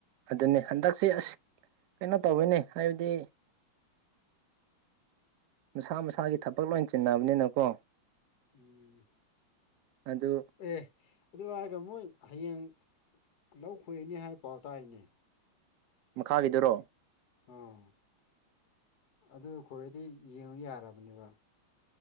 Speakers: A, on the right (about 75°); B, on the left (about 55°).
A: ꯑꯗꯨꯅꯦ ꯍꯟꯗꯛꯁꯦ ꯑꯁ ꯀꯩꯅꯣ ꯇꯧꯋꯦꯅꯦ ꯍꯥꯏꯕꯗꯤ ꯃꯁꯥ ꯃꯁꯥꯒꯤ ꯊꯕꯛ ꯂꯣꯏ ꯆꯤꯟꯅꯕꯅꯤꯅꯀꯣ
B: ꯎꯝ
A: ꯑꯗꯨ
B: ꯑꯦ ꯑꯗꯨ ꯍꯥꯏꯔꯒ ꯃꯣꯏ ꯍꯌꯦꯡ ꯂꯧ ꯈꯣꯏꯅꯤ ꯍꯥꯏꯕ ꯄꯥꯎ ꯇꯥꯏꯅꯦ
A: ꯃꯈꯥꯒꯤꯗꯨꯔꯣ
B: ꯑꯥ ꯑꯗꯨ ꯈꯣꯏꯔꯗꯤ ꯌꯦꯡꯉꯨ ꯌꯥꯔꯕꯅꯦꯕ